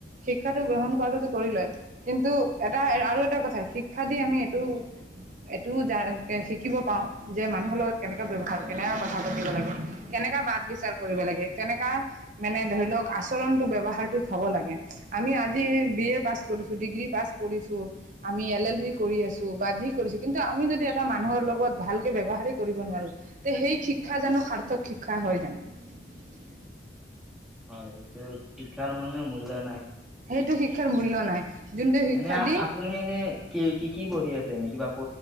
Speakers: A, on the right; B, in the centre.
A: শিক্ষাটো গ্ৰহণ কৰাটোতো কৰি লয় কিন্তু এটা আৰু। টা কথা শিক্ষা দি আমি এইটো। এইটোও জান শিকিব পাওঁ যে মানুহৰ লগত কেনেকুৱা ব্যৱহাৰ কেনেক কথা পাতিব লাগে কেনে। কেনেকা বাট বিচাৰ কৰিব লাগে কেনেকা মানে ধৰি লওক আচৰণটো ব্যৱহাৰটো থ'ব লাগে আমি আমি আজি বি এ পাছ কৰিছোঁ ডিগ্ৰী পাছ কৰিছোঁ আমি এল এল বি কৰি আছো বা যি কৰিছো কিন্তু আমি যদি এটা মানুহৰ লগত ভালকে ব্যৱহাৰিক কৰিব নোৱাৰো তে সেই শিক্ষা জানো সাৰ্থক শিক্ষা হয় জানো
B: হয়টো শিক্ষাৰ মানে মূল্য নাই
A: সেইটো শিক্ষাৰ মূল্য নাই যোনটো শিক্ষা
B: এনে
A: দি
B: আপুনি এনে কি কি কি পঢ়ি আছে নেকি বা